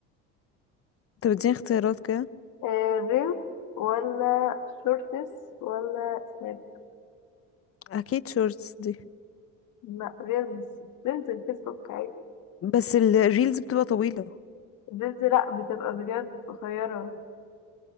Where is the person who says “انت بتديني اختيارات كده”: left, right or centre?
Left